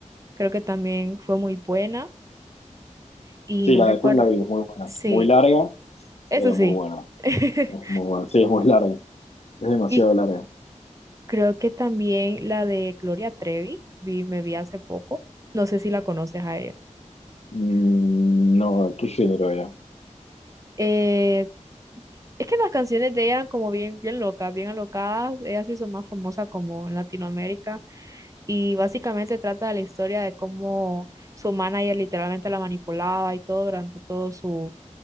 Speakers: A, on the right; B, on the left.
A: creo que también fue muy buena y
B: sí,
A: no
B: la
A: recuerdo,
B: de Queen la vi, es muy buena.
A: sí,
B: Muy larga,
A: eso
B: pero
A: sí.
B: muy buena.
A: <laughs>
B: Es muy buena, sí, es muy larga. Es demasiado
A: Y
B: larga.
A: creo que también la de Gloria Trevi, vi, me vi hace poco, no sé si la conoces a ella.
B: Mm, no, ¿qué género era?
A: Eh, es que las canciones de ella eran como bien, bien locas, bien alocadas, ella se hizo más famosa como en Latinoamérica y básicamente trata de la historia de cómo su manager literalmente la manipulaba y todo durante todo su,